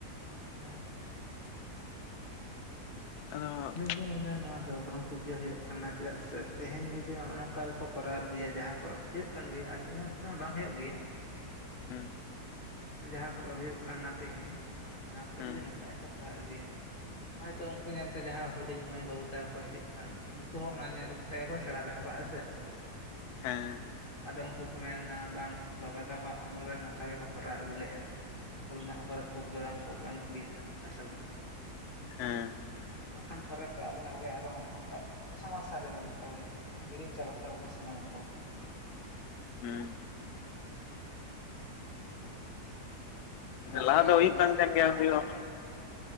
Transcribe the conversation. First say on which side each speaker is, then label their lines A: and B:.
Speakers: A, on the left; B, on the left.
A: ᱚᱻ
B: ᱟᱸᱻ
A: ᱤᱧ ᱢᱮᱱᱟ ᱱᱚᱣᱟ ᱫᱚ ᱵᱟᱝ ᱴᱷᱤᱠ ᱜᱮ ᱦᱩᱭᱩᱜ ᱠᱟᱱᱟ᱾ᱪᱮᱫᱟᱜ ᱥᱮ ᱛᱮᱦᱮᱧ ᱡᱩᱫᱤ ᱱᱚᱜᱼᱚ ᱱᱚᱝᱠᱟ ᱜᱮᱠᱚ ᱠᱚᱨᱟᱣ ᱤᱫᱤᱭᱟ ᱡᱟᱦᱟᱸ ᱠᱚᱨᱮ ᱦᱩᱭᱩᱜ᱾ ᱠᱟᱱ ᱜᱮᱭᱟ, ᱟᱞᱮ ᱱᱚᱣᱟ ᱠᱚᱨᱮ ᱢᱟ ᱵᱟᱝ ᱦᱩᱭᱩᱜ ᱜᱮᱭᱟ‌᱾
B: ᱦᱩᱸ
A: ᱡᱟᱦᱟᱸ ᱠᱚᱨᱮ ᱦᱩᱭᱩᱜ ᱠᱟᱱᱟ ᱛᱮᱦᱤᱧ, ᱚᱱᱟ ᱠᱚᱨᱮ
B: ᱦᱩᱸ
A: ᱡᱩᱫᱤ ᱱᱚᱝᱠᱟ ᱜᱮᱠᱚ ᱠᱚᱨᱟᱣ ᱤᱫᱤᱭᱟ᱾ ᱦᱚᱭᱛᱚ ᱩᱱᱠᱩ ᱧᱮᱞ ᱡᱟᱦᱟᱸ ᱦᱩᱰᱤᱧ ᱢᱟᱹᱭ ᱵᱟᱹᱵᱩ ᱛᱟᱠᱚ ᱠᱚ ᱦᱤᱡᱩᱜ ᱠᱟᱱ, ᱩᱱᱠᱩ ᱦᱚᱸ ᱚᱱᱟ ᱧᱮᱞ ᱛᱮᱠᱚ ᱥᱮᱬᱟ ᱫᱚᱦᱚ ᱠᱟᱜᱼᱟ ᱥᱮ᱾ ᱻ
B: ᱦᱮᱸ
A: ᱟᱫᱚ ᱩᱱᱠᱩ ᱠᱚ ᱢᱮᱱᱟ ᱵᱟᱝ ᱵᱟᱵᱟ ᱛᱟᱠᱚᱣᱟᱜ ᱟᱢᱚᱞ ᱨᱮ ᱱᱚᱝᱠᱟ ᱜᱮᱠᱚ ᱠᱚᱨᱟᱣ ᱟᱹᱜᱩ ᱞᱮᱜᱼᱟ᱾ ᱦᱩᱞ ᱢᱟᱦᱟ ᱠᱚᱨᱮ ᱯᱨᱳᱜᱨᱟᱢ ᱠᱚ ᱜᱟᱱᱚᱜ ᱜᱮᱭᱟ᱾ ᱦᱮᱸᱥᱮ ᱵᱟᱝ?
B: ᱦᱮᱸ
A: ᱱᱟᱜ ᱠᱷᱟᱱ ᱯᱚᱨᱮᱛᱮ ᱟᱵᱚᱱᱟᱜ ᱜᱮ ᱟᱨᱦᱚᱸ ᱱᱚᱝᱠᱟ ᱥᱚᱢᱚᱥᱥᱟ ᱨᱮ ᱧᱩᱨᱩᱜ ᱛᱟᱵᱚᱱᱟ᱾ ᱦᱤᱲᱤᱧ ᱪᱟᱵᱟᱜ ᱛᱟᱵᱚᱱᱟ ᱥᱟᱱᱟᱢᱟᱜ ᱠᱚ᱾
B: ᱦᱮᱸ
A: ᱟᱫᱚ ᱜᱚᱝᱠᱮ
B: ᱞᱟᱦᱟ ᱫᱚ
A: ᱟᱹᱵᱤᱱ
B: ᱦᱩᱭᱩᱜ ᱠᱟᱱ ᱛᱟᱦᱮᱸ ᱜᱮᱭᱟ ᱦᱩᱭᱦᱚᱸ᱾